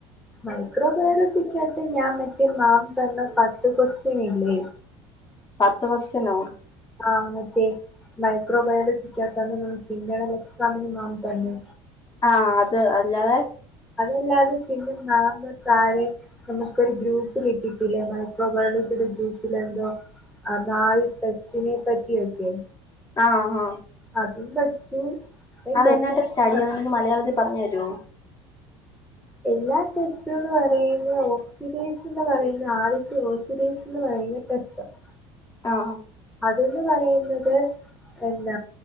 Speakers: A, in the centre; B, on the left.
A: മൈക്രോബയോളജിക്കകത്ത് ഞാൻ മറ്റേ മാം തന്ന പത്ത് ക്വസ്റ്റ്യൻ ഇല്ലേ
B: പത്ത് ക്യുഎസ്ടിയനൊ
A: ആഹ മറ്റേ മൈക്രോ ബയോളജിക്കകത്ത നമുക്ക് പിന്നണ എക്സാമിന് മാം തന്നെ
B: ആഹ് അത് അല്ലാതെ
A: അതല്ലാതെ പിന്നെ മാമ് താഴെ നമുക്കൊരു ഗ്രൂപ്പിൽ ഇട്ടിട്ടില്ലേ മൈക്രോബയോളായിടെ ഒരു ഗ്രൂപ്പില എന്തോ ആ നാല് ടെസ്റ്റിനെ പറ്റിയൊക്കെ
B: ആഹ് ആഹ്
A: അതും പഠിച്ചു
B: അതെന്ന
A: ഡെഫിനറ്റ്
B: ടെസ്റ്റ്‌ട്ടാഡി അതൊന്ന് മലയാള പറഞ്ഞു തരോ
A: എല്ലാ ടെസ്റ്റന്ന് പറയുന്നത് ഓക്സിഡൈസ് എന്ന് പറയുന്നത് ആദ്യത്തെ ഓസിഡൈസ് എന്ന് പറയുന്നത് <unintelligible>
B: ആഹ്
A: അതന്ന് പറയുന്നത് എന്ന